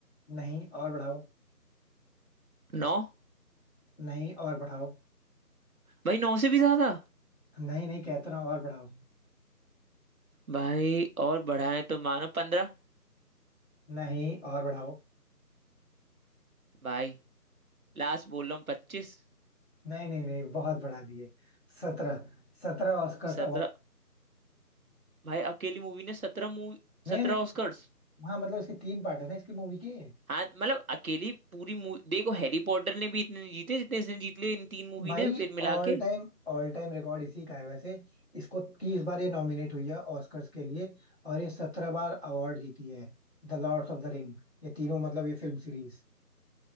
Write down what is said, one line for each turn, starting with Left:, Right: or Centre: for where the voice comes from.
Left: नहीं और बढ़ाओ
Right: नौ
Left: नहीं और बढ़ाओ
Right: भाई नौ से भी ज्यादा
Left: नहीं नहीं कहता ना और बढ़ाओ
Right: भाई और बढ़ाए तो मानो पंद्रह
Left: नहीं और बढ़ाओ
Right: भाई लास्ट बोल रहा हूँ पच्चीस
Left: नहीं नहीं नहीं बहुत बढ़ा दिए सत्रह सत्रह ऑस्कर्स
Right: सत्रह
Left: अवार्ड
Right: भाई अकेली मूवी ने सत्रह मूवी
Left: नहीं
Right: सत्रह
Left: नहीं
Right: ऑस्कर्स
Left: हाँ मतलब इसके तीन पार्ट है ना इसकी मूवी के
Right: हाँ मतलब अकेली पूरी मूवी देखो हैरी पॉटर ने भी इतने नहीं जीते जितने इसने जीत लिए इन तीन मूवी
Left: भाई
Right: ने फिर मिला
Left: all
Right: के
Left: time all time record इसी का है वैसे इसको तीस बार ये नॉमिनेट हुई है ऑस्कर्स के लिए और ये सत्रह बार अवार्ड जीती है The lords of the ring ये तीनों मतलब ये फिल्म सीरीज